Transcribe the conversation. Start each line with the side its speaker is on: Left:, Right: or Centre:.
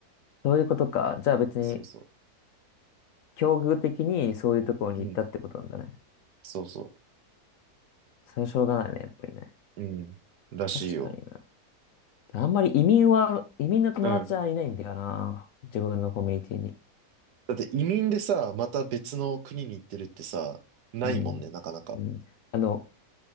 Left: そういうことか。じゃあ別に、
Right: そうそ
Left: 境遇的にそういうところに行ったってことなんだね。
Right: う。うん。そうそ
Left: それはしょうがないね、やっぱりね。
Right: う。うん。らしいよ。
Left: 確かにな。あんまり移民は、移民の友達はいないんだよな。
Right: うん。
Left: 自分のコミュニティに。
Right: だって移民でさ、また別の国に行ってるってさ、ないもんね、
Left: うん。
Right: なかなか。
Left: うん。あの、